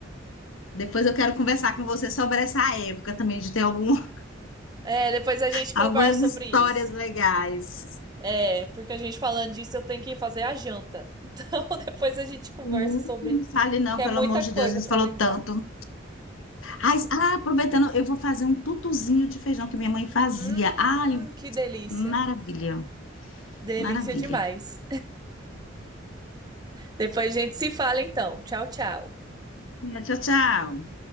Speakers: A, on the left; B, on the right.
A: Depois eu quero conversar com você sobre essa época também, de ter algum, <laughs>
B: É, depois a gente conversa
A: algumas histórias
B: sobre isso.
A: legais.
B: É, porque a gente falando disso, eu tenho que fazer a janta. Então <laughs> depois a gente conversa
A: Hum,
B: sobre,
A: Não fale não,
B: que é
A: pelo
B: muita
A: amor de
B: coisa
A: Deus, a gente
B: para
A: falou
B: lembrar.
A: tanto. Ai, ah, aproveitando, eu vou fazer um tutuzinho de feijão que minha mãe fazia.
B: Hum,
A: Ai,
B: que delícia.
A: maravilha,
B: Delícia
A: maravilha.
B: demais. Depois a gente se fala então. Tchau, tchau.
A: Tchau, tchau.